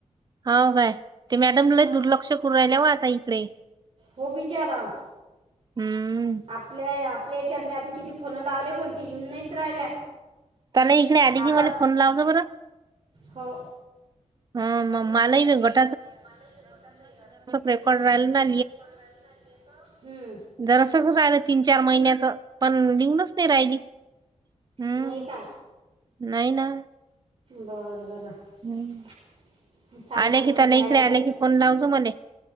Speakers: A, on the right; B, on the right.
A: हो काय ते मॅडमला
B: हा
A: दुर्लक्ष करू राहिल्याव आता इकडे
B: हो बिचारा
A: हम्म
B: आपल्या आपल्या याच्या म आता किती फोन लावले पण त येऊन नाहीत राहिल्या
A: त नाही इकडे आली
B: आता
A: की मला फोन लावत बरं
B: हो
A: हम ममालय गट
B: माला बटाचंगाच
A: रेकॉर्ड राहिलं
B: जरा
A: ना
B: पकड राहिल ना
A: जर असच राहिलं तीन चार महिन्याचं पण लिहूनच नाही राहिली हम्म
B: नाहीय का
A: नाही ना
B: बर बरं
A: हम्म
B: सांगतो
A: आल्या की
B: मग
A: त्याला
B: मी आले
A: इकडे आल्या
B: की
A: फोन लावजो मले